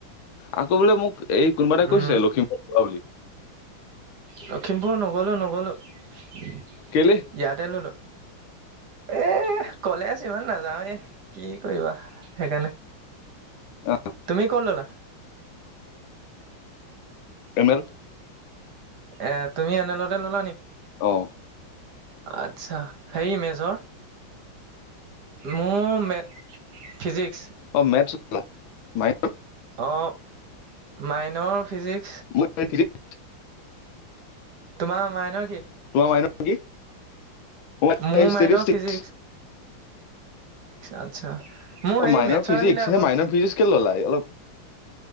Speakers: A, on the left; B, on the right.
A: আকৌ বোলে মোক এই কোনোবা এটা
B: উম
A: কৈছিলে লখিমপুৰোৱা বুলি।
B: লখিমপুৰ নগ'লো নগ'লো ইয়াতে
A: কেলে
B: ল'লোঁ। এ কলে আছো ইমান নাযাওঁ এ কি কৰিবা সেইকাৰণে
A: আহ,
B: তুমি কত ললা।
A: এমেল <unintelligible>
B: এ তুমি এনে লৰে ল'লা নেকি?
A: অ',
B: অহ, আচ্ছা, হেৰি মেজৰ মোৰ মে ফিজিক্স
A: অ' মেথছ মাই
B: অ', মাইনৰ ফিজিক্স
A: মই এাই <unintelligible>
B: তোমাৰ মাইনৰ কি?
A: মাইনৰ কি মোৰ
B: ম মাইন
A: ষ্টেটিষ্টিক্স
B: ফিজিক আচ্ছা, মোৰ
A: অ',
B: হেৰি
A: মাইন
B: মেথছত
A: ফিজিক্স
B: আহিলে
A: সেই
B: আকৌ
A: মাইন ফিজিক্স কে ল'লাই অলপ।